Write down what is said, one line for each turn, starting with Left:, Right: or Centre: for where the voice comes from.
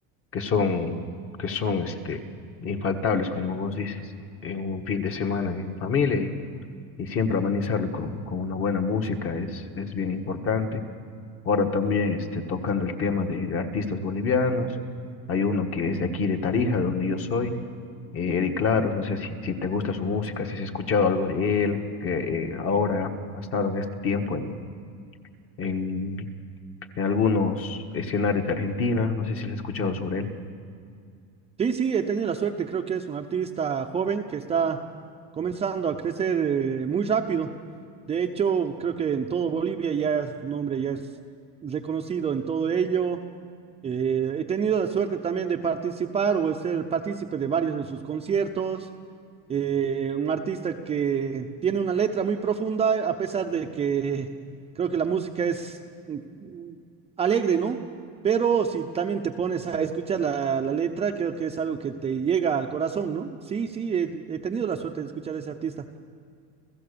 Left: que son, que son este, infaltables, como vos dices, en un fin de semana en familia y, y siempre amenizarlo con, con una buena música es, es bien importante. Ahora también este, tocando el tema de, de artistas bolivianos, hay uno que es de aquí de Tarija, donde yo soy eh, Eddie Claros, no sé si, si te gusta su música, si has escuchado algo de él, que eh, ahora ha estado en este tiempo en, en, en algunos escenarios de Argentina, no sé si has escuchado sobre él.
Right: Sí, sí, he tenido la suerte, creo que es un artista joven que está comenzando a crecer eh, muy rápido. De hecho, creo que en todo Bolivia ya su nombre ya es reconocido en todo ello. Eh, he tenido la suerte también de participar o de ser partícipe de varios de sus conciertos. Eh, un artista que tiene una letra muy profunda, a pesar de que creo que la música es mm, mm, alegre, ¿no? Pero si también te pones a escuchar la, la letra, creo que es algo que te llega al corazón, ¿no? Sí, sí, he, he tenido la suerte de escuchar a ese artista.